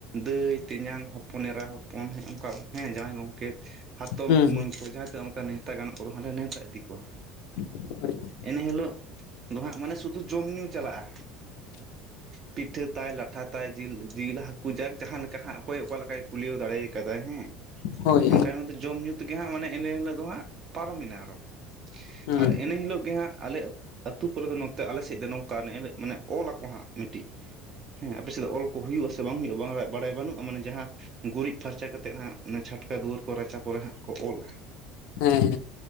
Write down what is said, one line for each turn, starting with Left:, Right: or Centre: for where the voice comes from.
Right: ᱫᱟᱹᱭᱼ ᱛᱮᱧᱟᱝ, ᱦᱚᱯᱚᱱ ᱮᱨᱟ, ᱦᱚᱯᱚᱱ, ᱚᱱᱠᱟ ᱦᱮᱸ ᱡᱟᱣᱟᱸᱭ ᱜᱚᱝᱠᱮᱛ ᱦᱟᱛᱚᱢ
Left: ᱦᱩᱸ
Right: ᱠᱩᱢᱟᱹᱝ ᱠᱚ ᱡᱟᱦᱟᱸ ᱛᱤᱱᱟᱜ ᱚᱱᱠᱟ ᱱᱮᱶᱛᱟ ᱜᱟᱱᱚᱜ ᱠᱚᱫᱚ ᱦᱟᱸᱰᱮ ᱱᱮᱶᱛᱟ ᱤᱫᱤ ᱠᱚᱣᱟ
Left: <unintelligible>
Right: ᱮᱱᱦᱤᱞᱳᱜ ᱫᱚ ᱦᱟᱸᱜ ᱢᱟᱱᱮ ᱥᱩᱫᱷᱩ ᱡᱚᱢ ᱧᱩ ᱪᱟᱞᱟᱜᱼᱟ
Left: <inaudible>
Right: ᱯᱤᱴᱷᱟᱹ ᱛᱟᱭ ᱞᱟᱴᱷᱟ ᱛᱟᱭ ᱡᱤᱞ ᱡᱤᱞ ᱦᱟᱹᱠᱩ ᱡᱟᱠ ᱡᱟᱦᱟᱸ ᱞᱮᱠᱟ ᱦᱟᱸᱜ ᱚᱠᱚᱭ ᱚᱠᱟ ᱞᱮᱠᱟᱭ ᱠᱩᱞᱟᱹᱣ ᱫᱟᱲᱮ ᱠᱟᱫᱟᱭ ᱦᱮᱸ
Left: ᱦᱳᱭ
Right: ᱚᱱᱠᱟ ᱫᱚ ᱡᱚᱢ ᱧᱩ ᱛᱮᱜᱮ ᱦᱟᱸᱜ ᱢᱟᱱᱮ ᱤᱱᱟᱹ ᱦᱤᱞᱳᱜ ᱫᱚ ᱦᱟᱸᱜ ᱯᱟᱨᱚᱢ ᱮᱱᱟ ᱟᱨᱦᱚ
Left: ᱦᱩᱸ
Right: ᱟᱨ ᱮᱱᱹ ᱦᱤᱞᱳᱜ ᱜᱮ ᱦᱟᱸᱜ ᱟᱞᱮ ᱟᱹᱛᱩ ᱠᱚᱨᱮ ᱫᱚ ᱱᱚᱛᱮ ᱟᱞᱮ ᱥᱮᱫ ᱫᱚ ᱱᱚᱝᱠᱟ ᱢᱟᱱᱮ ᱚᱞ ᱟᱠᱚ ᱦᱟᱸᱜ ᱢᱤᱫᱴᱤᱡ ᱦᱮᱸ ᱟᱯᱮ ᱥᱮᱫ ᱫᱚ ᱚᱞ ᱠᱚ ᱦᱩᱭᱩᱜᱼᱟ ᱥᱮ ᱵᱟᱝ ᱦᱩᱭᱩᱜᱼᱟ ᱵᱟᱝ ᱵᱟᱲᱟᱭ ᱵᱟᱹᱱᱩᱜᱼᱟ ᱢᱟᱱᱮ ᱡᱟᱦᱟᱸ ᱜᱩᱨᱤᱡ ᱯᱷᱟᱨᱪᱟ ᱠᱟᱛᱮᱫ ᱦᱟᱸᱜ ᱪᱷᱟᱴᱠᱟ ᱠᱟ ᱫᱩᱣᱟᱹᱨ ᱠᱚ ᱨᱟᱪᱟ ᱠᱚᱨᱮ ᱦᱟᱸᱜ ᱠᱚ ᱚᱞᱟ
Left: ᱦᱮᱸ